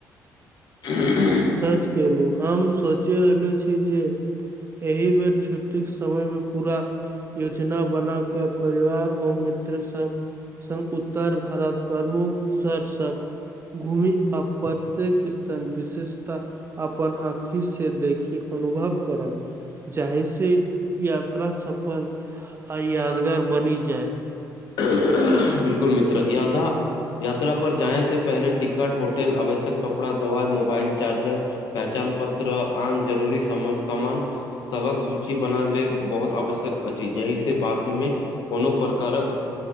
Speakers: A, on the left; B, on the right.
A: <unintelligible>
B: सच केलहुँ हम सोचे रहललो छी जे एहि बेर छुट्टी के समयमे पूरा योजना बना कऽ परिवार आओर मित्र सब संग उत्तर भारत प्रमुख शहर सब घूमि आ प्रत्येक स्थान विशिष्ट ता अपन आखि से देखी अनुभव करब जाहिे से यात्रा सफल आ यादगार बनि जाय
A: <unintelligible> बिल्कुल मित्र यादा यात्रा पर जाय से पहिले टिकट होटल आवश्यक कपड़ा दवा मोबाइल चार्जर पहचान पत्र आन जरूरी समय सामान सभक सूची बना लेले बहुत आवश्यक अछि जहिसँ बादमे कोनो प्रकारक